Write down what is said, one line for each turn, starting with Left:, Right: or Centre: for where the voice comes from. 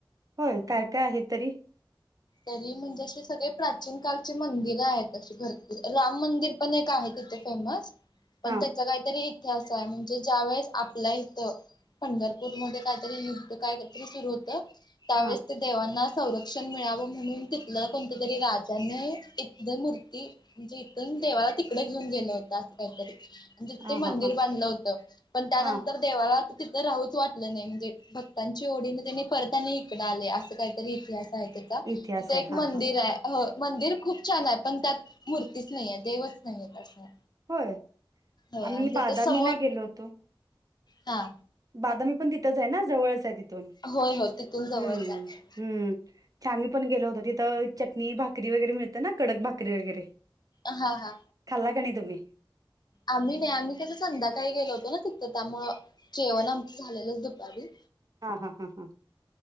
Right: होय काय काय आहे तरी?
Left: तरी म्हणजे असे सगळे प्राचीन काळचे मंदिरं आहेत अशी भरपूर राम मंदिर पण एक आहे. तिथे फेमस पण
Right: हा
Left: त्याचा काहीतरी इतिहास हाय म्हणजे ज्या वेळेस आपल्या इथं पंढरपूरमध्ये काहीतरी युद्ध कायतरी सुरू होतं त्यावेळेस
Right: हा
Left: ते देवांना संरक्षण मिळावं म्हणून तिथलं कोणत्या तरी राजान इथली मूर्ती म्हणजे इथून देवाला तिकड घेऊन गेला होता अस काही तरी ते तिथं
Right: हा
Left: मंदिर
Right: हा हा
Left: बांधलं होत पण त्यानंतर
Right: हा
Left: देवाला आ तर राहूच वाटलं नाही म्हणजे भक्तांची ओढीने त्यांनी परतानी इकडं आले असं काहीतरी इतिहास आहे तेचा. तिथे
Right: इतिहास आहे
Left: एक
Right: हा
Left: मंदिर
Right: हा
Left: हाय ह मंदिर खूप छान आहे पण त्यात मूर्तीच नैयेय देवच नैयेत असं.
Right: होय
Left: होय
Right: आम्ही
Left: आणि त्याच्या
Right: बादामीला
Left: समोर
Right: गेलो होतो.
Left: हा.
Right: बादामी पण तिथंच आहे ना जवळच आहे तिथून
Left: होय होय तिथून जवळच
Right: हम्म
Left: आहे
Right: हम्म. च आम्ही पण गेलो होतो तिथं चटणी भाकरी वगैरे मिळतं ना कडक भाकरी वगैरे.
Left: अ हा हा.
Right: ला गणी तुम्ही.
Left: आम्ही नाई आम्ही कसं संध्याकाळी गेलो होतो ना तिथं त्यामुळं जेवण आमचं झालेलंच दुपारी.
Right: हा हा हा हा